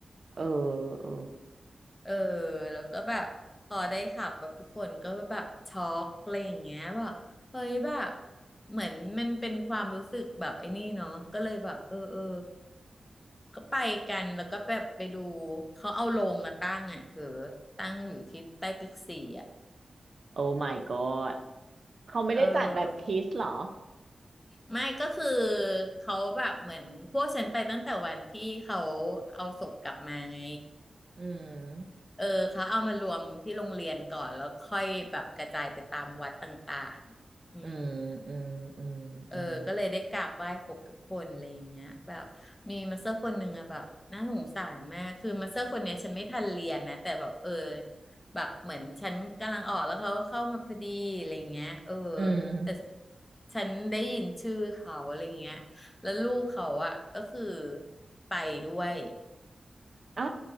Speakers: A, on the right; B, on the left.
A: เออเออ
B: เออแล้วก็แบบพอได้ขับแบบทุกคนก็แบบช็อกอะไรอย่างเงี้ยแบบเฮ้ยแบบเหมือนมันเป็นความรู้สึกแบบไอ้นี่เนาะก็เลยแบบเออเออก็ไปกันแล้วก็แบบไปดูเขาเอาโรงมาตั้งอ่ะเธอตั้งอยู่ที่ใต้ตึกสี่อ่ะ
A: โอ้ my god เขาไม่ได้จัดแบบคิสเหรอ
B: เออไม่ก็คือเขาแบบเหมือนพวกฉันไปตั้งแต่วันที่เขาเอาศพกลับมาไง
A: อืม
B: เออเขาเอามารวมที่โรงเรียนก่อนแล้วค่อยแบบกระจายไปตามวัดต่างๆอืม
A: อืมอืมอืมอืม
B: เออก็เลยได้กราบไหว้ครบทุกคนอะไรอย่างเงี้ยแบบมีมาสเตอร์คนหนึ่งอะแบบน่าสงสารมากคือมาสเตอร์คนเนี้ยฉันไม่ทันเรียนนะแต่แบบเออแบบเหมือนฉันกำลังออกแล้วเขาก็เข้ามาพอดีอะไรอย่างเงี้ยเออ
A: อืม
B: แต่ฉันฉันได้ยินชื่อเขาอะไรอย่างเงี้ยแล้วลูกเขาอะก็คือไปด้วย
A: อ่ะ